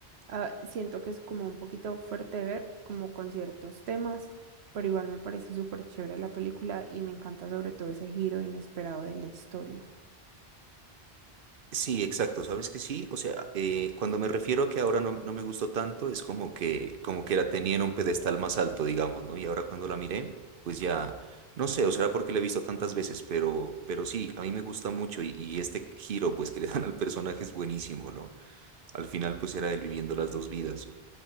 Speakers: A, on the right; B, on the right.
A: ah, siento que es como un poquito fuerte de ver, como con ciertos temas, pero igual me parece súper chévere la película y me encanta sobre todo ese giro inesperado de la historia.
B: Sí, exacto, sabes que sí, o sea, eh, cuando me refiero a que ahora no, no me gustó tanto, es como que, como que la tenía en un pedestal más alto, digamos, ¿no? Y ahora cuando la miré, pues ya, no sé, o será porque la he visto tantas veces, pero, pero sí, a mí me gusta mucho y, y este giro, pues que le dan al personaje es buenísimo, ¿no? Al final, pues era él viviendo las dos vidas.